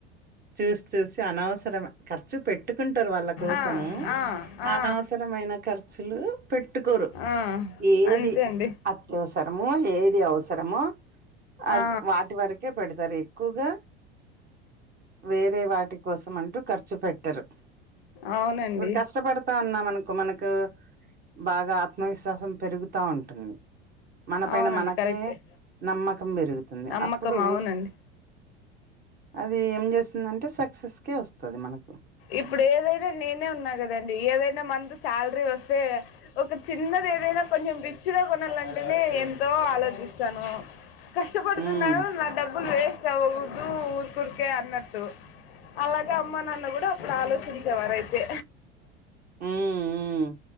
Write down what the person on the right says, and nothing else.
చూసి చూసి అనవసరమే ఖర్చు పెట్టుకుంటారు వాళ్ళ కోసము
అనవసరమైన ఖర్చులు పెట్టుకోరు
ఏది
వసరమో ఏది అవసరమో అ
వాటి వరకే పెడతారు ఎక్కువగా వేరే వాటి కోసం అంటూ ఖర్చు పెట్టరు
ఇప్పుడు కష్టపడత అన్నా మనకు బాగా ఆత్మవిశ్వాసం పెరుగుతా ఉంటుంది మన పైన
మనకే
నమ్మకం పెరుగుతుంది
అప్పుడు
అది ఏం చేస్తుందంటే సక్సెస్కే వస్తుంది మనకు
ఉమ్
ఉ ఉ